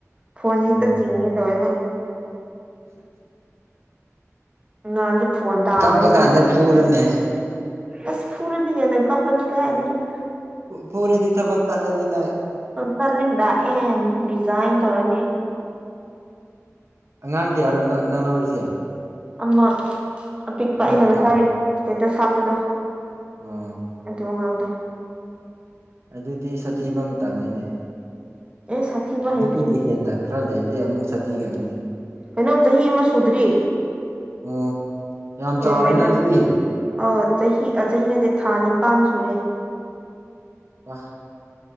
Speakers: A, on the right; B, on the right.
A: ꯐꯣꯟ ꯍꯦꯛꯇ
B: ꯎꯝ
A: ꯆꯤꯡꯒꯦ ꯇꯧꯦꯕ ꯅ ꯉꯍꯥꯟꯁꯨ ꯐꯣꯟ ꯇꯥꯕꯅꯤ
B: ꯀꯞꯄ ꯀꯥꯟꯗ
A: ꯃꯥꯅ ꯀꯤꯗꯅꯣ
B: ꯐꯨꯔꯅꯦ
A: ꯑꯁ ꯐꯔꯗꯤꯅꯦꯅ ꯀꯝꯄꯅꯤ ꯀꯗꯤꯅꯦꯅ
B: ꯄꯨꯔꯗꯤ ꯊꯕꯛ ꯇꯠꯂꯅꯤ ꯅꯣꯏ
A: ꯆꯠꯂꯦꯗꯥꯛ ꯑꯦꯟ ꯗꯤꯖꯥꯏꯟ ꯇꯧꯔꯅꯤ
B: ꯑꯉꯥꯡꯒꯤ ꯌꯥꯔꯣꯏ ꯅꯪ ꯂꯧꯔꯤꯁꯦ
A: ꯑꯃ ꯑꯄꯤꯛꯄ
B: ꯑꯃꯈꯛꯇ
A: ꯑꯩꯅ ꯉꯁꯥꯏ ꯏꯁꯇꯦꯇꯁ ꯍꯥꯞꯄꯗꯣ
B: ꯑ
A: ꯑꯗꯨ ꯃꯃꯥꯡꯗꯣ
B: ꯑꯗꯨꯗꯤ ꯁꯥꯊꯤꯕ ꯃꯇꯝꯅꯤꯅꯦ
A: ꯑꯦ ꯁꯥꯊꯤꯕ
B: ꯑꯗꯨꯗꯒꯤ
A: ꯍꯩꯇ꯭ꯔꯤ
B: ꯍꯦꯟꯅ ꯈꯔ ꯂꯩꯔꯗꯤ ꯑꯃꯨꯛ ꯁꯥꯊꯤꯒꯪꯅꯤ
A: ꯀꯩꯅꯣ ꯆꯍꯤ ꯑꯃ ꯁꯨꯗ꯭ꯔꯤ
B: ꯑꯣ ꯌꯥꯝ ꯆꯥꯎꯔꯤꯅ
A: ꯑꯦ ꯀꯔꯤ ꯀꯥꯏ
B: ꯑꯗꯨꯗꯤ
A: ꯑ ꯆꯍꯤ ꯆꯍꯤ ꯅꯠꯇꯦ ꯊꯥ ꯅꯤꯄꯥꯟ ꯁꯨꯔꯦ
B: ꯋꯥꯍ